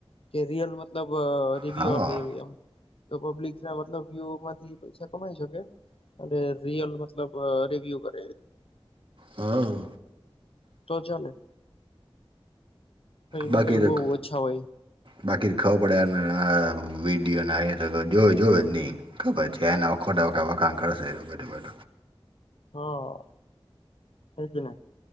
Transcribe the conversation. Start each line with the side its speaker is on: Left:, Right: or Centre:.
Left: કે રિયલ મતલબ રિવ્યુ
Right: હા
Left: આપેવી એમ. તો પબ્લિક ના મતલબ વ્યુ માંથી પૈસા કમાઈ શકે અને રિયલ મા મતલબ રિવ્યુ કર
Right: હા.
Left: તો ચાલે. એમાં
Right: બાકી
Left: કઈ બહુ
Right: રગ
Left: ઓછા હોય
Right: બાકી તો ખબર પડે અને આ વિડીયોના હ તો જોવે જોવે જ નહીં. ખબર છે એના વખોટ વખા વખાણ કરશે બું બું.
Left: હા તેજ ને.